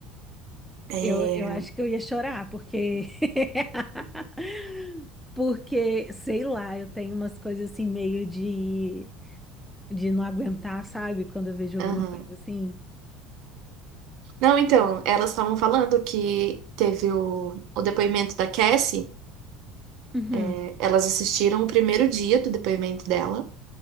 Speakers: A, on the right; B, in the centre.
A: É.
B: Eu, eu acho que eu ia chorar, porque. <laughs> Porque, sei lá, eu tenho umas coisas assim meio de, de não aguentar, sabe? Quando eu vejo alguma
A: Aham.
B: coisa assim.
A: Não, então, elas estavam falando que teve o, o depoimento da Cassie.
B: Uhum.
A: é, Elas assistiram o primeiro dia do depoimento dela